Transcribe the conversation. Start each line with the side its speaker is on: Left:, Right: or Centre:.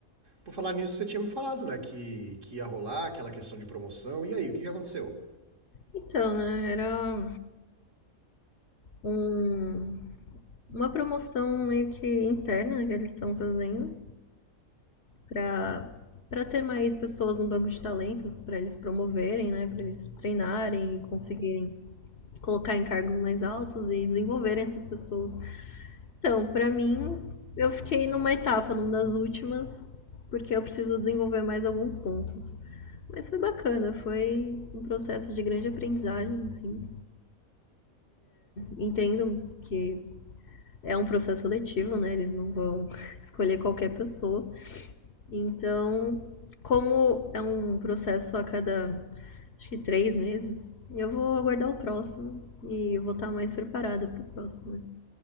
Right: Por falar nisso, você tinha me falado, né, que, que ia rolar aquela questão de promoção. E aí, o que que aconteceu?
Left: Então, né, era um, uma promoção meio que interna né, que eles estão fazendo pra para ter mais pessoas no banco de talentos, pra eles promoverem, né, Pra eles treinarem e conseguirem colocar em cargos mais altos e desenvolverem essas pessoas. Então, pra mim, eu fiquei numa etapa, numa das últimas, porque eu preciso desenvolver mais alguns pontos. Mas foi bacana, foi um processo de grande aprendizagem, assim. Entendo que é um processo seletivo, né? Eles não vão <laughs> escolher qualquer pessoa. Então, como é um processo a cada, acho que três meses, eu vou aguardar o próximo e eu vou estar mais preparada para o próximo. né?